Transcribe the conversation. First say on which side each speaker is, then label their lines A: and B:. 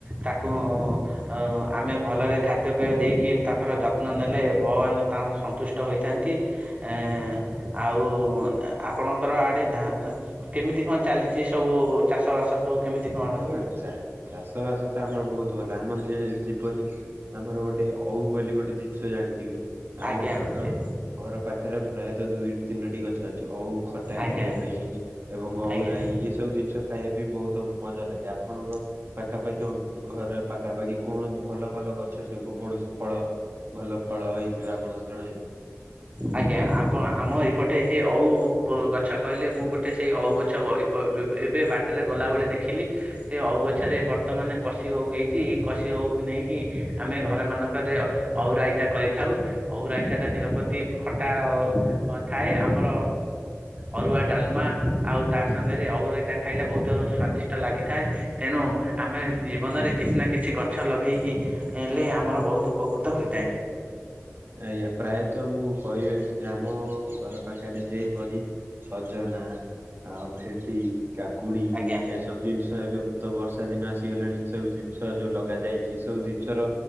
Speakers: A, on the right; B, on the right.
A: ତାକୁ ଆଉ ଆମେ ଭଲରେ ଖାଦ୍ୟପେୟ ଦେଇକି ତାଙ୍କର ଯତ୍ନ ନେଲେ, ଭଗବାନ ତାଙ୍କ ସନ୍ତୁଷ୍ଟ ହୋଇ ଥାନ୍ତି ଏଁ, ଆଉ ଉଁ, ଏ ଆପଣଙ୍କର ଆଡ଼େ ଧା-ଅ, କେମିତି କଣ ଚାଲିଛି ସବୁ ଚାଷବାସ ସବୁ କେମିତି କ
B: ହଁ ଚା- ଚାଷ ବାସ ତ ଆମର ବହୁତ ଭଲ ଆମର ଯେ ଯେପରି ଆମର ଗୋଟେ ଓଉ ବୋଲି ଗୋଟେ ଜିନିଷ ଜାଣିଥିବେ?
A: ଆଜ୍ଞା
B: ଆମ ଘରର
A: ସେ
B: ଘର ପାଖେରେ ପ୍ରାୟତଃ ଦୁଇ ତିନୋଟି ଗଛ ଅଛି, ଓଉ ଖଟା
A: ଆଜ୍ଞା
B: ଖାଇବା ପାଇଁ ଏବଂ ଓଉ
A: ଆଜ୍ଞା
B: ରାଇ ଏସବୁ ଜିନିଷ ଖାଇବା ପାଇଁ ବହୁତ ମଜା ଲାଗେ ଆପଣଙ୍କ ପାଖାପାଖି ଅଁ, ଘରେ ପାଖାପାଖି କଣ ଭଲ ଭଲ ଗଛ ସବୁ କୌଣସି ଫଳ ଭଲ ଫଳ ହେଇଥିବ ଆପଣ ଜଣାଇ
A: ଆଜ୍ଞା ଆପ ଆମ ଏପଟେ ସେ ଓଉ ପ-ଗଛ କହିଲେ ମୁଁ ଗୋଟେ ସେଇ ଓଉ ଗଛ ବ ଏ ଅ, ବ- ଏବେ ବାଟରେ ଗଲାବେଳେ ଦେଖିଲି। ସେ ଓଉ ଗଛରେ ବର୍ତ୍ତମାନ କଷି ଓଉ ହେଇଚି, କଷି ଓଉକୁ ନେଇକି ଆମେ ଘର ମାନଙ୍କରେ ଅ ଓଉ ରାଇତା କରିଥାଉ, ଓଉ ରାଇତା ଟା ଦେହ ପ୍ରତ ତି ଖଟା ଅ, ଥାଏ, ଆମର ଅରୁଆ, ଡାଲମା ଆଉ ତା ସାଙ୍ଗରେ ଓଉ ରଇତା ଖାଇଲେ ବହୁତୁ ସ୍ଵାଦିଷ୍ଟ ଲାଗିଥାଏ। ତେଣୁ ଆମେ ଜୀବନରେ କିଛି ନା କିଛି ଗଛ ଲଗେଇ ହିଁ ଏ ଲେ- ଆମର ବହୁତୁ ଉପକୃତ ହୋଇଥାଏ।
B: ଆଜ୍ଞା ପ୍ରାୟତଃ ମୁଁ କହିବା କି ଯେ ଆମ ଘର ପାଖରେ ଯେପରି ସଜନା ଆଉ ଭେଣ୍ଡି, କାକୁଡି
A: ଆଜ୍ଞା।
B: ଏସ୍ ସବୁ ଜିନିଷ ଏବେ ତ ବର୍ଷା ଦିନ ଆସିଗଲାଣି। ଏସବୁ ଜିନିଷ ଯୋଉ ଲଗା ଯାଇଛି ଏ ସବୁ ଜିନିଷର